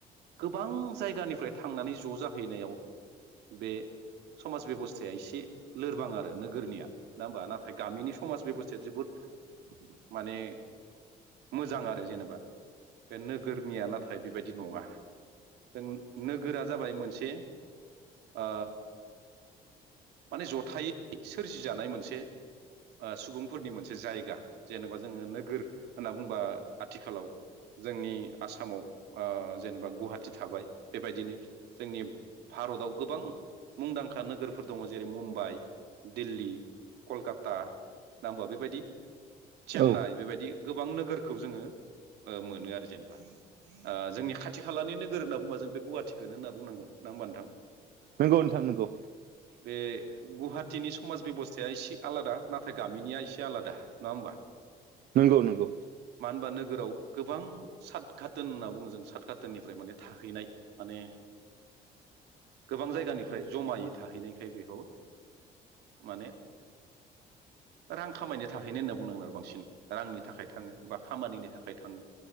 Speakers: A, on the right (about 80°); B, on the right (about 65°).
A: गोबां जायगानिफ्राय थांनानै ज' जाहैनायाव बे समाज बेबस्थाया एसे लोरबां आरो नोगोरनिया नङा ओमबा ना थाय गामिनि समाज बेब'स्थाया जोबोद माने मोजां आरो जेनेबा बे नोगोरनिया नाथाय बेबायदि नङा जों नोगोरा जाबाय मोनसे ओ माने जथायै सोरजिजानाय मोनसे ओ सुबुंफोरनि मोनसे जायगा। जेनेबा जोङो नोगोर होनना बुंबा आथिखालाव जोंनि आसामाव ओ जेनेबा गुहाटि थाबाय। बेबायदिनो जोंनि भारताव गोबां मुंदांखा नोगोरफोर दङ जेरै मुम्बाइ, दिल्ली कलकाता ना होमबा बेबायदि चेन्नाइ
B: औ
A: बेबायदि गो बां नोगोरखौ जोङो मोनो आरो जेनेबा जोंनि खाथि खालानि नोगोर होनना बुंङोबा जों बे गुवाहाटिखौनो होनना बुंनांगोन ना होमबा नोंथां?
B: नंगौ नोंथां नंगौ।
A: बे गुवाहाटिनि समाज बेब'स्थाया एसे - आलादा नाथाय गामिनिया एसे आलादा नङा होमबा?
B: नंगौ नंगौ
A: मानो होनबा नोगोराव गोबां सात धाटोन होनना बुङो जों सात खाटोननिफ्राय माने थाहैनाय माने गोबां जायगानिफ्राय जमायै थाहैनायखाय बेखौ माने रां खामायनो थाहैनो होनना बुंनांगोन आरो बांसिन रांनि थाखाय थाङो बा खामानिनि थाखाय थाङो।